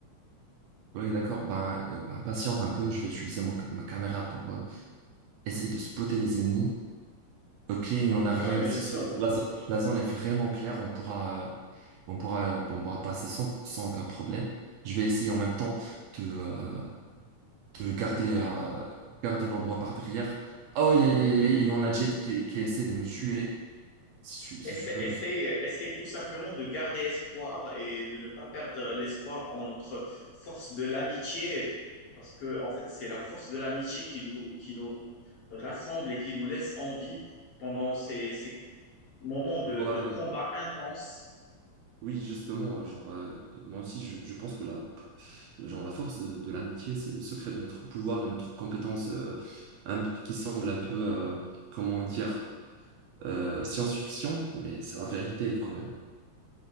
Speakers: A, on the right; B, on the left.
A: Oui, d'accord. Ben, euh, ben, patiente un peu, je vais utiliser mon- ma caméra pour euh, essayer de spotter les ennemis. Ok, il n'y en a rien
B: Ouais,
A: ici.
B: bien sûr.
A: c'est- La, zo- la zone est vraiment claire. On pourra, on pourra, on pourra passer sans, sans aucun problème. Je vais essayer en même temps de, euh, de garder, euh, garder l'endroit par derrière. Oh, aïe, aïe, aïe, aïe, aïe, il y en a Jet qui, qui essaie de me tuer. Si tu, si
B: Essaye,
A: tu peux.
B: essaye, essaye tout simplement de garder espoir et de ne pas perdre l'espoir en notre force de l'amitié, parce que en fait, c'est la force de l'amitié qui nous, qui nous rassemble et qui nous laisse en vie pendant ces, ces moments de,
A: Voilà.
B: de combat intense.
A: Oui, justement, genre, euh, moi aussi, je, je pense que la, genre, la force de, de l'amitié, c'est le secret de notre pouvoir et notre compétence euh, un- qui semble un peu, euh, comment dire. euh, science-fiction, mais c'est la vérité quand même.